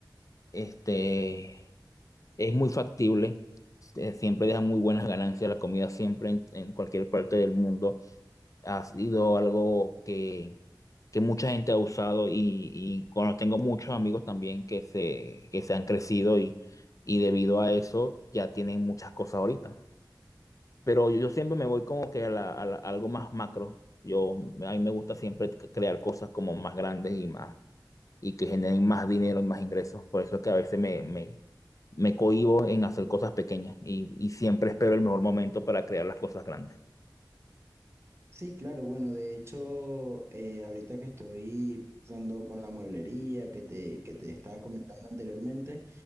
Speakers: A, on the left; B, on the right.
A: este, es muy factible. Eh, Siempre deja muy buenas ganancias. La comida siempre en, en cualquier parte del mundo ha sido algo que, que mucha gente ha usado y, y cuando tengo muchos amigos también que se, que se han crecido y, y debido a eso ya tienen muchas cosas ahorita. Pero yo siempre me voy como que a, la- a la- a algo más macro. Yo, a mí me gusta siempre c- crear cosas como más grandes y más, y que generen más dinero y más ingresos. Por eso es que a veces me, me, me cohíbo en hacer cosas pequeñas y, y siempre espero el mejor momento para crear las cosas grandes.
B: Sí, claro, bueno, de hecho, eh, ahorita que estoy pensando con la mueblería que te, que te estaba comentando anteriormente,